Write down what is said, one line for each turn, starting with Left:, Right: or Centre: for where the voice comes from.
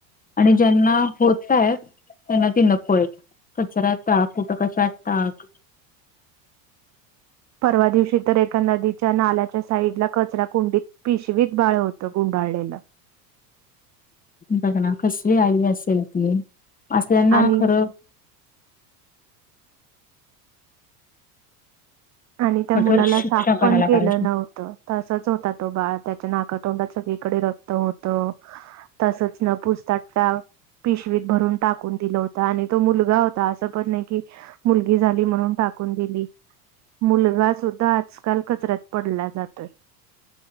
Left: आणि ज्यांना होतायेत त्यांना ती नकोयेत कचऱ्यात टाक कुट कशात टाक
Right: परवा दिवशी तर एका नदीच्या नाल्याच्या साईडला कचरा कुंडीत पिशवीत बाळ होत गुंडाळलेलं.
Left: बघ ना कसली आई असेल ती असल्याना
Right: आणि
Left: खरं
Right: आणि त्या
Left: कठोर
Right: मुलाला
Left: शिक्षा
Right: साफ पण
Left: करायला
Right: केलं
Left: पाहिजे.
Right: नव्हतं. तसाच होता तो बाळ त्याच्या नाकातोंडात सगळीकडे रक्त होत तसच न पूसता टाक पिशवीत भरून टाकून दिलं होत आणि तो मुलगा होता असं पण नाय की, मुलगी झाली म्हणून टाकून दि मुलगा सुुद्धा आजकाल कचऱ्यात पडला जातोय.